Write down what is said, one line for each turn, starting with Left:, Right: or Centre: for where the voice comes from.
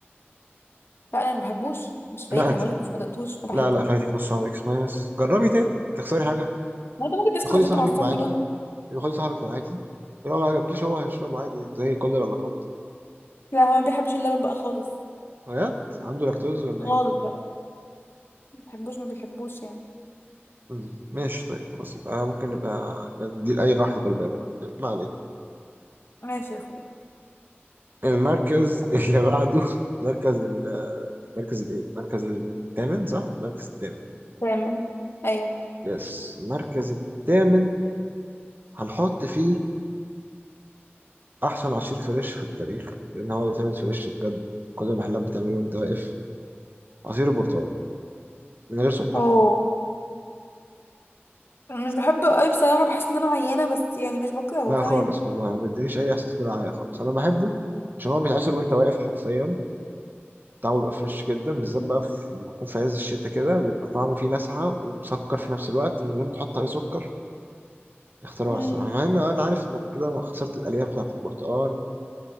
Left: لا انا ما بحبوش مش فايتني
Right: لا انت
Left: انا بقول لك مش ما دقتوش ما بحبوش
Right: لا لا فايتك نص عمرك اسمعي بس جربي تاني هتخسري حاجة
Left: ما انت ممكن تسكت
Right: خدي
Left: عشان
Right: صاحبك
Left: انت معصبني
Right: معاكي
Left: بقى
Right: خدي صاحبك معاكي لو ما عجبكيش هو هيشربه عادي زي كل العلاقات
Left: لا هو ما بيحبش اللبن بقى خالص
Right: بجد عنده لاكتوز ولا
Left: خالص
Right: ايه
Left: بقى ما بحبوش ما بيحبوش يعني
Right: مم. ماشي طيب خلاص يبقى ممكن نبقى ندي لأي واحد غلبان بقى يلا، ما علينا
Left: ماشي يا اخوي
Right: المركز <laughs> اللي بعده المركز ال- المركز الايه المركز الثامن صح المركز الثامن
Left: تمام ايوه
Right: يس المركز الثامن هنحط فيه احسن عصير فريش في التاريخ لان هو بيتعمل فريش بجد كل المحلات بتعمله وانت واقف عصير البرتقال من غير سكر
Left: اوه أنا مش بحبه قوي بصراحه بحس ان انا عيانه بس يعني مش بكرهه
Right: لا
Left: تمام
Right: خالص والله ما بيدينيش اي احساس بالرعاية خالص انا بحبه عشان هو بيتعصر وانت واقف حرفيا طعمه بيبقى فريش جدا بالذات بقى في لما تكون في عز الشتاء كده بيبقى طعمه فيه لسعة ومسكر في نفس الوقت من غير ما تحط عليه سكر اختراع
Left: امم
Right: الصراحة مع ان انا عارف انك كده خسرت الالياف بتاعت البرتقال